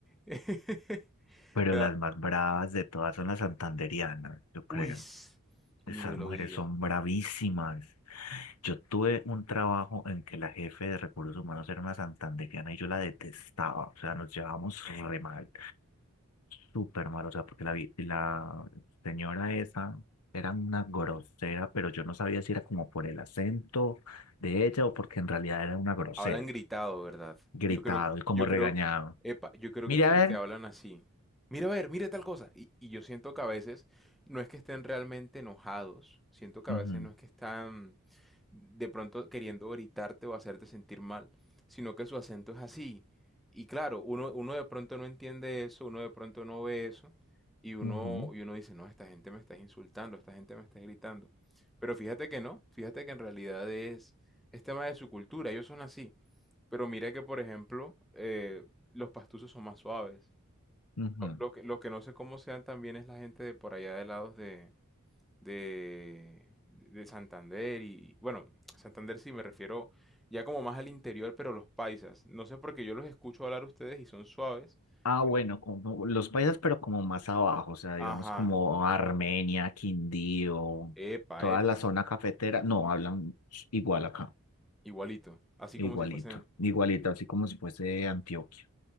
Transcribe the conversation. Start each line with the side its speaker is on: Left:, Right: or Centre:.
Centre: <laughs>
Left: Pero
Centre: Me
Left: las
Centre: da
Left: más bravas de todas son las santandereanas, yo creo.
Centre: Uy,
Left: Esas
Centre: ni me
Left: mujeres
Centre: lo digas.
Left: son bravísimas. Yo tuve un trabajo en que la jefe de recursos humanos era una santandereana y yo la detestaba. O sea, nos llevábamos re mal. Súper mal. O sea, porque la, vi- la señora esa era una grosera, pero yo no sabía si era como por el acento de ella o porque en realidad era una grosera.
Centre: Hablan gritado, ¿verdad?
Left: Gritado
Centre: Yo creo, que-
Left: y como
Centre: yo
Left: regañado.
Centre: creo, epa, yo creo
Left: Mire,
Centre: que es porque
Left: a ver.
Centre: hablan así. Mira, a ver, mira tal cosa. Y, y yo siento que a veces no es que estén realmente enojados, siento que
Left: Ujú,
Centre: a veces no es que están de pronto queriendo gritarte o hacerte sentir mal, sino que su acento es así. Y claro, uno, uno de pronto no entiende eso, uno de pronto no ve eso, y uno,
Left: ujú,
Centre: y uno dice, no, esta gente me está insultando, esta gente me está gritando. Pero fíjate que no, fíjate que en realidad es, es tema de su cultura, ellos son así. Pero mira que, por ejemplo, eh, los pastusos son más suaves.
Left: ujú.
Centre: Lo, lo que, lo que no sé cómo sean también es la gente de por allá de lados de, de, de Santander y, bueno, Santander sí me refiero ya como más al interior, pero los paisas. No sé porque yo los escucho hablar a ustedes y son suaves.
Left: Ah,
Centre: pero-
Left: bueno, como los países, pero como más abajo, o sea, digamos
Centre: Ajá,
Left: como Armenia, Quindío,
Centre: epa,
Left: toda
Centre: epa,
Left: la zona cafetera, no, hablan igual acá,
Centre: igualito, así
Left: igualito,
Centre: como si fuesen.
Left: igualito, así como si fuese Antioquia,